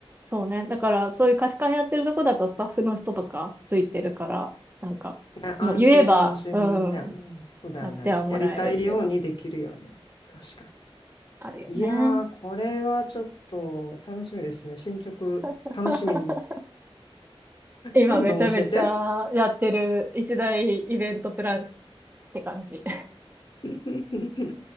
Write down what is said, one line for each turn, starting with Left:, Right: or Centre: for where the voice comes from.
Right: そうね。だから、そういう貸し館やってるとこだとスタッフの人とかついてるから、なんか、
Left: ね、安心は安心だよね。
Right: もう言えば、うん、
Left: そうだよね。
Right: やってはもらえるっていうの
Left: やりたいようにできるよね。確か
Right: あるよね。
Left: に。いやー、これはちょっと楽しみですね。進捗楽しみに。
Right: <laughs> 今めちゃめちゃやってる一大イベントプランっ
Left: どんどん教えて。
Right: て感じ。
Left: <laughs>